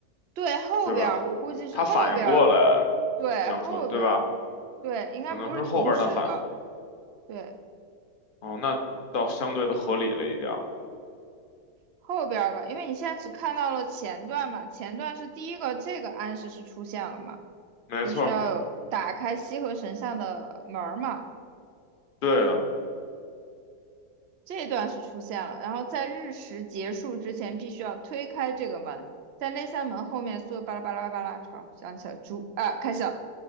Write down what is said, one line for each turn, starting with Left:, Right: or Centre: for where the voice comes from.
Right: 对，后边儿我估计是后边儿，
Left: 对吧？他反应过来，
Right: 对，
Left: 你想说，
Right: 后边儿，
Left: 对吧？
Right: 对，应该不是同时的，
Left: 可能是后边儿他反应。
Right: 对，
Left: 哦，那倒相对的合理了一点儿。
Right: 后边儿的，因为你现在只看到了前段嘛，前段是第一个，这个暗示是出现了嘛。
Left: 没错儿
Right: 就是要打开西河神像的门儿嘛，
Left: 对的，
Right: 这一段是出现了。然后在日食结束之前，必须要推开这个门，在那扇门后面，所有巴拉巴拉巴拉巴拉，好，想起来猪啊，开始了。